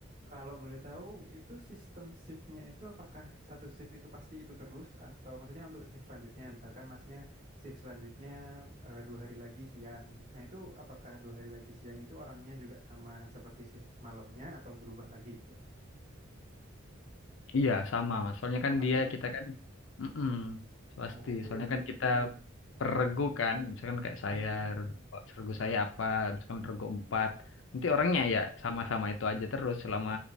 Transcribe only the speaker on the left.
Iya, sama Mas. Soalnya
kan
dia kita kan mm pasti.
Soalnya
kan kita
peregu kan, misalkan kayak
saya regu,
regu saya apa, misalkan regu empat. Nanti orangnya ya sama-sama itu aja terus selama